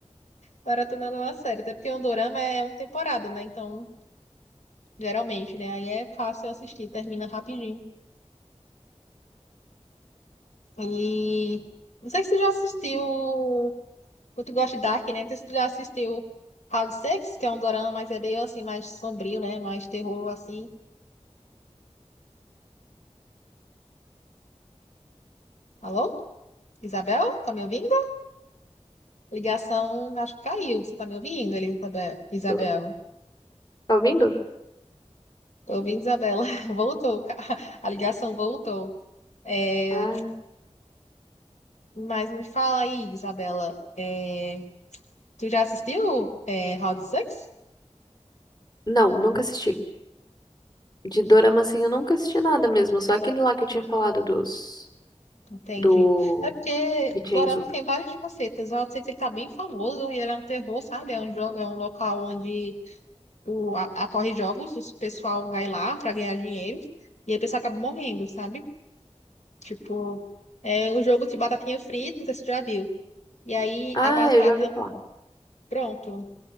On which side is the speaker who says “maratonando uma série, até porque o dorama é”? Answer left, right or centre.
Left